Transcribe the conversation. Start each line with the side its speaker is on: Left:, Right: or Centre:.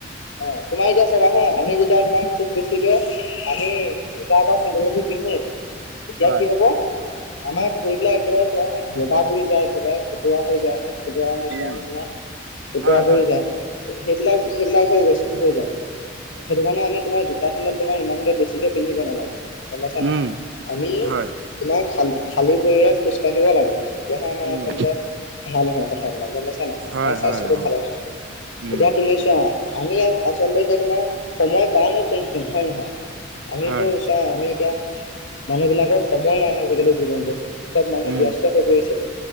Left: অ', তোমাৰ এতিয়া চাবা হা আমি যেতিয়া তোমাক খুব বেছিকে আমি জোতা বা চেন্দেলতো পিন্ধো তেতিয়া
Right: হয়
Left: কি হ'ব আমাৰ ভৰিবলাক একেবাৰে চাবা চোন বগা ভুৰি যায় একেবাৰে খুতুৰা হৈ যায় উুতৰা পৰি
Right: উম
Left: নিচিনা উুতৰা
Right: হয়
Left: পৰি
Right: হয়
Left: যায়। সেইবিলাক, সেইবিলাক হৈ গৈছে হৈ যায় সেইটো কাৰণে আমি তোমাৰ জোতা চেণ্ডেল তোমাৰ ইমানকে বেছিকে পিন্ধিব নালাগে গমাইছ ন
Right: উম
Left: আমি
Right: হয়
Left: তোমাৰ খালী খালী ভৰিৰে খোজ কাঢ়িব লাগে। তেতিয়াহে আমাৰ
Right: উম
Left: আচলতে ভাল হয় কথাবিলাক গ'ম পাইছা নাই
Right: হয়
Left: আমাৰ
Right: হয়
Left: স্বাস্থ্যটো
Right: অ
Left: ভালে থাকে
Right: উম
Left: এতিয়া তুমি চোৱা। আমি আচলতে এতিয়া তোমাৰ সময় পাওঁ নোকোন খিনি হয়ে নহয় আমিতো
Right: হয়
Left: এ আমি এতিয়া মানুহ বিলাকৰ সময় নাই আজিকালি জীৱনটোত চব মানুহ
Right: উম
Left: ব্যস্ত হৈ পৰিছে